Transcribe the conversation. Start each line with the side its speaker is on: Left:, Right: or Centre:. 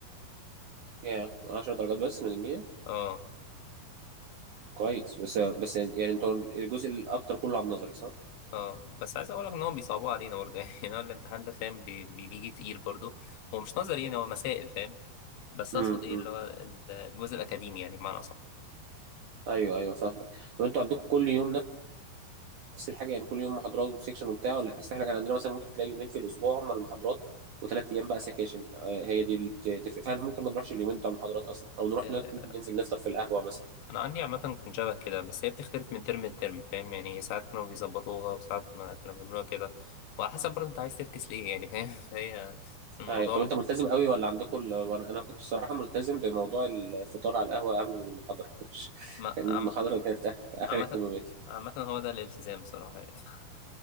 Right: يعني 10 درجات بس من المية
Left: اه
Right: كويس بس بس يعني انتوا الجزء الاكتر كله على النظري صح
Left: اه بس عايز اقول لك ان هم بيصعبوا علينا برضه <laughs> يعني هو الامتحان ده فاهم بي- بي- بيجي تقيل برضه هو مش نظري يعني هو مسائل فاهم بس
Right: امم
Left: اقصد ايه
Right: امم.
Left: اللي هو الجزء الاكاديمي يعني بمعنى اصح
Right: ايوه ايوه فاهمك طب انتوا عندكم كل يوم نفس الحاجه يعني كل يوم محاضرات وسكشن وبتاع ولا اصل احنا كان عندنا مثلا ممكن تلاقي يومين في الاسبوع هم المحاضرات وثلاث ايام بقى سكاشن آه، هي دي اللي ت- تفرق فاحنا ممكن ما نروحش اليومين بتوع المحاضرات اصلا او نروح
Left: آه،
Right: نت- ننزل نفطر في القهوه مثلا
Left: انا عندي عامه كان شبه كده بس هي بتختلف من ترم لترم فاهم يعني ساعات كانوا بيظبطوها وساعات ما كانوا بيعملوها كده وعلى حسب برضه انت عايز تفكس ليه يعني فاهم <laughs> فهي الموضوع
Right: أي. طب انت ملتزم قوي ولا عندكم ال... وانا انا كنت الصراحه ملتزم بموضوع الفطار على القهوه اهم من المحاضره <laughs> مش
Left: ما-
Right: يعني
Left: عم-
Right: المحاضره كانت اخر
Left: عامه
Right: اهتماماتي
Left: عامه هو ده الالتزام بصراحه يعني <laughs>